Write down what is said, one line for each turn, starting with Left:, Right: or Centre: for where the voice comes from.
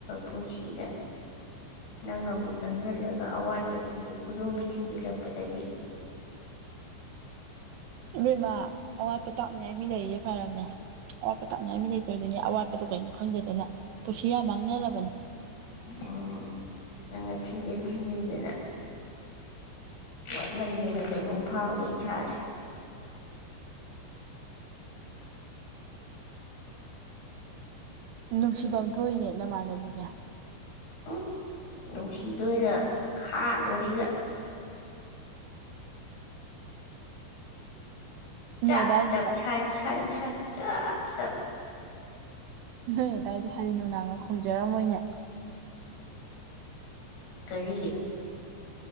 Left: ꯄꯨꯟꯁꯤꯗ ꯅꯪ ꯑꯃꯨꯛ ꯆꯪꯁꯤꯜꯂꯒ ꯑꯋꯥꯠꯄꯁꯤꯡꯤꯡ ꯈꯨꯗꯣꯝꯕꯤ ꯊꯤꯟꯖꯤꯜꯂꯛꯄꯗꯗꯤ
Right: ꯏꯕꯦꯝꯃꯥ ꯑꯋꯥꯠꯄꯣ ꯇꯥꯛꯅꯤꯉꯥꯏ ꯃꯤ ꯂꯩꯔꯤꯁꯦ ꯐꯔꯕꯅꯦ ꯑꯋꯥꯠꯄ ꯇꯥꯛꯅꯤꯡꯉꯥꯏ ꯃꯤ ꯂꯩꯖꯔꯤꯅꯦ ꯑꯋꯥꯠꯄꯗꯨꯣ ꯀꯩꯅꯣ ꯈꯪꯗꯦꯗꯅ ꯄꯨꯟꯁꯤ ꯌꯥꯝ ꯃꯥꯡꯅꯔꯕꯅꯤ
Left: ꯑꯣ ꯅꯪ ꯊꯤꯟꯖꯤꯟ ꯊꯤꯟꯖꯟꯗꯦꯅ ꯃꯠꯃꯟꯗꯅ ꯀꯩꯅꯣꯝ ꯐꯥꯎꯔꯦ ꯏꯁꯥꯁꯦ
Right: ꯅꯨꯡꯁꯤꯐꯝ ꯊꯣꯛꯏꯅꯦ ꯅꯃꯥꯟꯅꯕꯤꯅꯦ
Left: ꯎ ꯅꯨꯡꯁꯤꯗꯣꯔ ꯈꯥꯗꯣꯔꯤꯔ ꯆꯞ
Right: ꯅꯣꯏ ꯑꯗꯥꯏꯗꯤ
Left: ꯆꯞ ꯁ ꯁꯌ ꯁꯌ ꯆꯞ ꯆ
Right: ꯅꯣꯏ ꯑꯗꯨꯗꯥꯏꯗꯤ ꯍꯔꯤ ꯅꯨꯡꯗꯥꯡꯅ ꯈꯣꯡꯖꯔꯝꯃꯣꯏꯅꯦ
Left: ꯀꯔꯤ